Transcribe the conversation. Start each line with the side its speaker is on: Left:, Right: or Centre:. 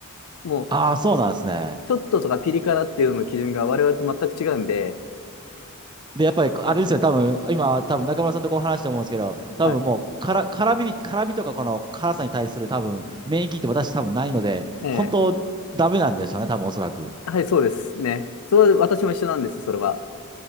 Left: う。もう、
Right: ああ、そうなんですね。
Left: ちょっととかピリ辛っていうのの基準が我々と全く違うんで、
Right: で、やっぱり、
Left: あ
Right: あれですよ、多分、今、多分中村さんとこう話して思うんですけど、多分もう、
Left: はい、
Right: から、辛みに、辛みとかこの辛さに対する多分、免疫って私多分ないので、
Left: ええ
Right: 本当、ダメなんでしょうね、多分おそらく。
Left: はい、そうですね。それは私も一緒なんです、それは。